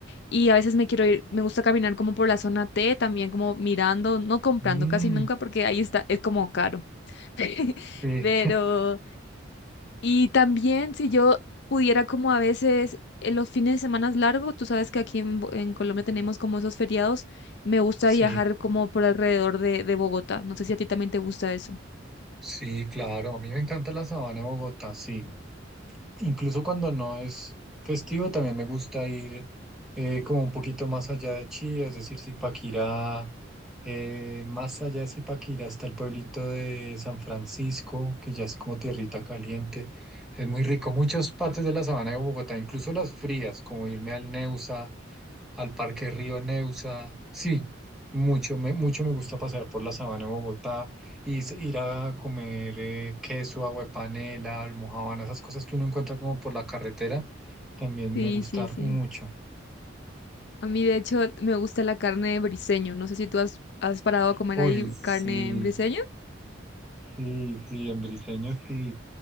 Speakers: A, on the left; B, in the centre.
A: y a veces me quiero ir, me gusta caminar como por la zona T, también como mirando, no comprando
B: mm,
A: casi nunca porque ahí está, es como caro. <laughs>
B: sí,
A: Pero... Y también si yo pudiera como a veces en los fines de semana largos, tú sabes que aquí en, Bo- en Colombia tenemos como esos feriados, me gusta
B: sí,
A: viajar como por alrededor de, de Bogotá. No sé si a ti también te gusta eso.
B: sí, claro. A mí me encanta la sabana de Bogotá, sí. Incluso cuando no es festivo, también me gusta ir eh, como un poquito más allá de Chía, es decir, Zipaquirá, eh, más allá de Zipaquirá está el pueblito de San Francisco, que ya es como tierrita caliente. Es muy rico. Muchas partes de la sabana de Bogotá, incluso las frías, como irme al Neusa al Parque Río Neusa. Sí, mucho me, mucho me gusta pasear por la sabana de Bogotá y s- ir a comer eh, queso, agua de panela, almojábana, esas cosas que uno encuentra como por la carretera, también
A: Sí,
B: me gustan
A: sí, sí.
B: mucho.
A: A mí de hecho me gusta la carne de briseño. No sé si tú has, has parado a comer
B: Uy,
A: ahí
B: sí,
A: carne en briseño.
B: sí, sí, en Briseño sí.